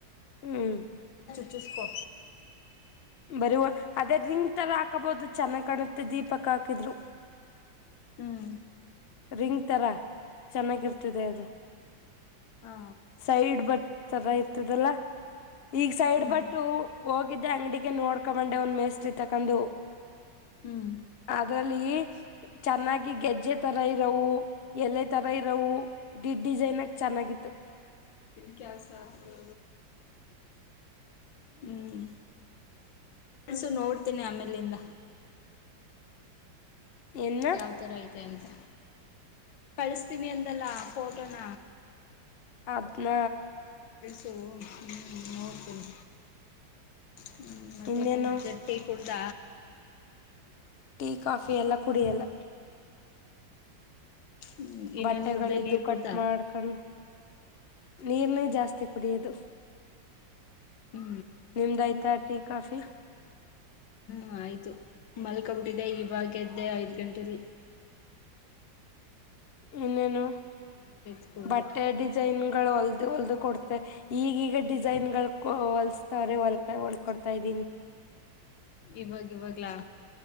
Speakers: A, on the left; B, on the left.
A: ಹ್ಮ್
B: ಚುಸ್ಕೋ
A: ಬರಿ ಅದೇ ರಿಂಗ್ ತರ ಹಾಕಬಹದು ಚೆನ್ನಾಗಿ ಕಾಣುತ್ತೆ ದೀಪಕ್ ಹಾಕಿದ್ರು
B: ಹ್ಮ್
A: ರಿಂಗ್ ತರ ಚೆನ್ನಾಗಿರ್ತದೆ ಅದು
B: ಹಾ
A: ಸೈಡ್ ಬಟ್ ಚೆನ್ನಾಗಿರ್ತದಲ್ಲ ಈಗ ಸೈಡ್
B: ಹ್ಮ್
A: ಬಟ್ಟು ಹೋಗಿದ್ದೆ ಅಂಗಡಿಗೆ ನೋಡ್ಕೊಂಬಂಡೆ ಒಂದ್ ಮೇಸ್ ತಕಂಡು
B: ಹ್ಮ್
A: ಅ್ರಲ್ಲಿ ಚೆನ್ನಾಗಿ ಗೆಜ್ಜೆಟ್ ಈ ತರ ಇರೋವು ಎಲೆ ತರ ಇರೋವು ಡ್ ಡಿಸೈನ್ ಆಗಿ ಚೆನ್ನಾಗಿತ್ತು
B: ಹ ಸಧ್ಯ ಹ್ಮ್ ಕಡ್ಸು ನೋಡ್ತೀನಿ ಆಮೇಲಿಂದ
A: ಎನ್ನ
B: ಯಾವ ತರ ಐತೆ ಅಂತ ಕಳಸ್ತೀನಿ ಅಂತಲ್ಲಾ ಫೋಟೋನ
A: ಅದ್ಮ
B: ಸೋ ಹ್ಞೂ ನೋಡ್ತೀನಿ ಹ ಮತ್ತೆನೇನು
A: ಇನ್ನೇನು
B: ಜಟ್ಟಿ ಕುಡ್ದ
A: ಟೀ ಕಾಫಿ ಎಲ್ಲ ಕುಡಿಯಲ್ಲ
B: ಹ್ಮ್, ಇನ್ನೇನು
A: ಬಟ್ಟೆಗಳಿದ್ದು
B: ಕುಡ್ದೆ ನೀರು
A: ಕಟ್
B: ಕುಡ್ದಾ
A: ಮಾಡ್ಕೊಂಡ ನೀರನೇ ಜಾಸ್ತಿ ಕುಡಿಯದು
B: ಹ್ಞೂ
A: ನಿಮ್ದಯ್ತಾ ಟೀ ಕಾಫಿ
B: ಹ ಆಯ್ತು ಮಲ್ಕೊಬಿಟ್ಟಿದ್ದೆ ಇವಾಗದ್ದೆ ಐದ್ ಗಂಟಲಿ
A: ಇನ್ನೇನು
B: ಇವಾಗ ಎದ್ದು ಕುಡ್ದೆ
A: ಬಟ್ಟೆಯ ಡಿಸೈನು ಹೊಲ್ದು
B: ಏನು
A: ಹೊಲ್ದು ಕೊಡ್ತ ಈಗೀಗ ಡಿಸೈನ್ ಗಳು ಹೊಲಸ್ತವ್ರೆ ಹೊಲ್ ಹೊಲ್ಕಡ್ತಾ ಇದ್ದೀನಿ <inaudible>
B: ಇವಾಗ ಇವಾಗ್ಲಾ